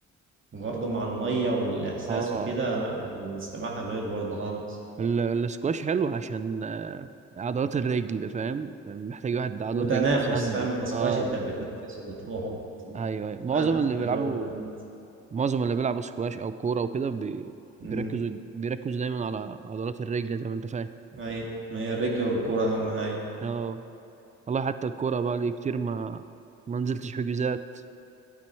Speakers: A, on the right (about 40°); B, on the right (about 25°).
A: برضه مع المية والإحساس
B: اه
A: وكده لا السباحة غير برضه خالص
B: ال- السكواش حلو عشان آه، عضلات الرجل فاهم محتاج واحد عضلة
A: وتنافس
B: رجل وسنده
A: فاهم الاسكواش
B: اه
A: انت بتنفس وبتروحه
B: ايوه ايوه
A: لا
B: معظم
A: الاسكواش
B: اللي بيلعبوا
A: برضه لذيذ
B: معظم اللي بيلعبوا سكواش او كوره وكده بي-
A: امم
B: بيركزوا بيركزوا دايما على عضلات الرجل زي ما انت فاهم
A: اي ما هي الرجل والكورة أهم حاجة
B: اه والله حتى الكوره بقى لي كتير ما ما نزلتش حجوزات